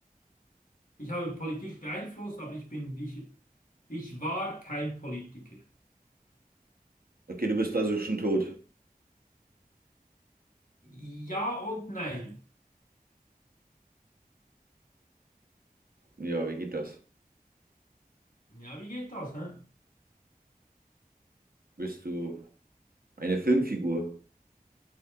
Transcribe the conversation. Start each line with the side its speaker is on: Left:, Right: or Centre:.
Left: Ich habe Politik beeinflusst, aber ich bin nicht. Ich war kein Politiker.
Right: Okay, du bist also schon tot.
Left: Ja und nein.
Right: Ja, wie geht das?
Left: Ja, wie geht das? Hä?
Right: Bist du eine Filmfigur?